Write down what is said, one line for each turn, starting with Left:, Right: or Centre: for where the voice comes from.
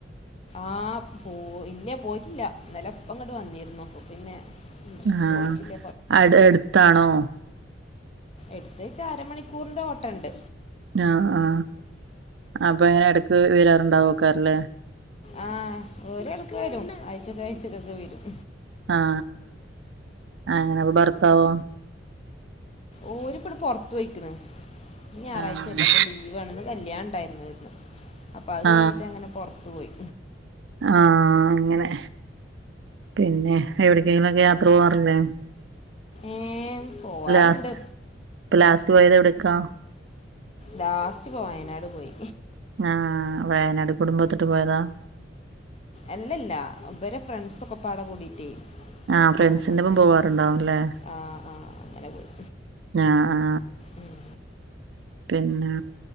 Left: ആ പോ ഇല്ല പോയിട്ടില്ല ഇന്നലെ ഇപ്പ ഇങ്ങട്ട് വന്നിരുന്നു അപ്പൊ പിന്നെ ഇന്ന്
Right: ആ
Left: പോയിട്ടില്ല
Right: അടെ എട്ത്താണോ
Left: എട്ത്ത്ച്ച അര മണിക്കൂറിന്റെ ഓട്ടണ്ട്
Right: ആ ആ അപ്പൊ ങ്ങനെ എടക്ക് വെരാറുണ്ടാവേക്കാരല്ലേ
Left: ആ ഓലെടക്ക് വെരും ആഴ്ചക്കാഴ്ചക്കൊക്കെ വെരും
Right: ആ ആ അങ്ങനെപ്പൊ ഭർത്താവോ
Left: ഓരിപ്പണ്ട് പൊർത്ത് പോയിക്ക്ണ് ഇന്ന് ഞാറാഴ്ചല്ലെ
Right: ആഹ്
Left: അപ്പൊ ലീവാണ് ന്ന് കല്യാണം ണ്ടായിര്ന്നോര്ന്ന് അപ്പൊ അത്
Right: ആഹ്
Left: കഴിഞ്ഞിട്ടങ്ങനെ പൊർത്ത് പോയി
Right: ആ അങ്ങനെ പിന്നെ എവിടെക്കെങ്കിലൊക്കെ യാത്ര പോവാറില്ലേ
Left: ഏ പോവാറുണ്ട്
Right: ലാസ്റ്റ് ഇപ്പൊലാസ്റ്റ് പോയത് എവിട്ക്കാ
Left: ലാസ്റ്റ് പോ വയനാട് പോയി
Right: ആ വയനാട് കുടുംമ്പൊത്ത്ട്ട് പോയതാ
Left: അല്ല ല്ലാ ഇവരെ ഫ്രണ്ട്സൊക്കെ പാടെ കൂടീട്ടേ
Right: ആഹ് ഫ്രണ്ട്സിന്റെ
Left: പ്പൊ അങ്ങനെ
Right: ഒപ്പം പോവാറുണ്ടാവുംല്ലേ
Left: ആ ആ അങ്ങനെ പോയി
Right: ആ ആ
Left: ഉം.
Right: പിന്നെ